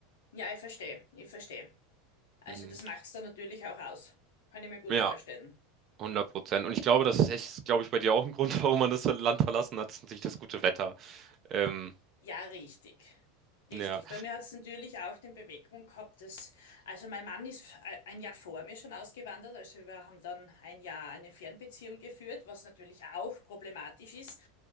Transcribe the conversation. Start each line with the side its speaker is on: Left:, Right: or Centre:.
Left: ja, ich verstehe, ich verstehe. Also
Right: Mhm.
Left: das macht es dann natürlich auch aus. Kann ich mir gut
Right: Ja.
Left: vorstellen.
Right: hundert Prozent. Und ich glaube, das ist, echt, glaube ich, bei dir auch ein Grund, <laughs> warum man das Land verlassen hat, ist natürlich das gute Wetter. Ähm,
Left: Ja, richtig. Richtig.
Right: Ja,
Left: Bei mir hat es natürlich auch den Beweggrund gehabt, dass, also mein Mann ist f- ein Jahr vor mir schon ausgewandert, also wir haben dann ein Jahr eine Fernbeziehung geführt, was natürlich auch problematisch ist.